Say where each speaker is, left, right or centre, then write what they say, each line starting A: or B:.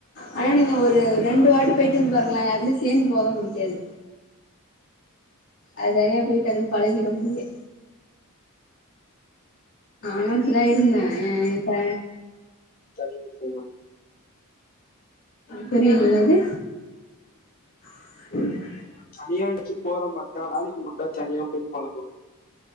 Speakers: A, on the left; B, on the left.
A: ஆனா நீங்க ஒரு ரெண்டு வாட்டி போய்டிட்டு வந்து பாருங்களே யாரு கூடயு சேந்து போகதா புடிக்காது அது தனியா போய்டு வந்து பழகிடு அப்டியே நானு அப்டிதா இருந்தே இப்ப
B: சரிங்க தோழி
A: புரில என்னது <inaudible>
B: தனியா இருச்சு போற மாரி நாளைக்கு மட்டா தனியா போய் பழக்கோ